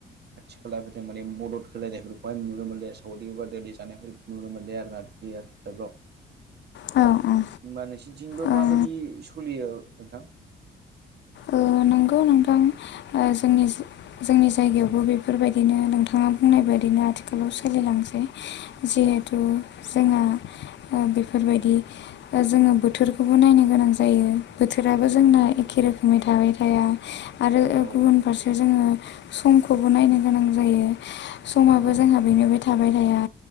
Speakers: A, on the right; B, on the left.
A: खाथि खालाफोरजों माने मदद होलायनायफोरखौहाय नुनो मोनले सावरि बादालि जानायफोर नुनो मोनले आरो ना <unintelligible>
B: औ औ
A: होनबा नोंसोरनिथिंबो
B: ओ
A: माबायदि सलियो नोंथां?
B: ओ नंगौ नोंथां ओ जोंनि जोंनि जायगायावबो बेफोरबायदिनो नोंथाङा बुंनाय बायदिनो आथिखालाव सोलिलांसै जिहेथु जोङो ओ बेफोरबायदि ओ जोङो बोथोरखौबो नायनो गोनां जायो। बोथोराबो जोंना एखे रोखोमै थाबाय थाया आरो
A: औ
B: ओ
A: औ
B: गुबुन फारसे जोङो समखौबो नायनो गोनां जायो समाबो
A: औ
B: जोङा बेनोबो थाबाय थाया